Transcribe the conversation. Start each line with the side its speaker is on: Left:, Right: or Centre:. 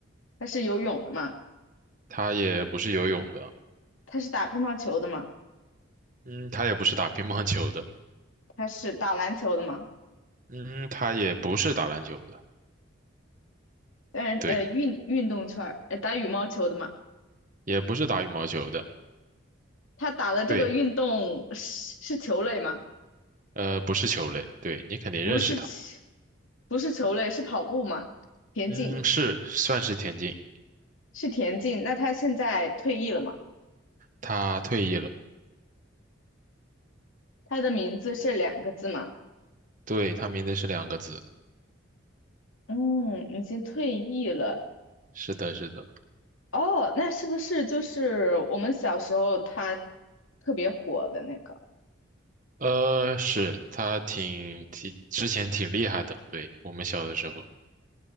Left: 他是游泳的嘛？
Right: 他也不是游泳的。
Left: 他是打乒乓球的嘛？
Right: 嗯，他也不是打乒乓球的，
Left: 他是打篮球的嘛？
Right: 嗯，他也不是打篮球的，
Left: 但是呃，
Right: 对，
Left: 运运动圈儿，呃，打羽毛球的嘛？
Right: 也不是打羽毛球的，
Left: 他打的这个运动是是球类吗？
Right: 对，呃，不是球类，对，你肯定认识他，
Left: 不是棋，不是球类，是跑步吗？田径
Right: 嗯，是，算是田径，
Left: 是田径，那他现在退役了嘛？
Right: 他退役了，
Left: 他的名字是两个字嘛？
Right: 对，他名字是两个字，
Left: 嗯，已经退役了。
Right: 是的，是的，
Left: 哦，那是不是就是我们小时候他特别火的那个？
Right: 呃，是他挺挺之前挺厉害的，对，我们小的时候，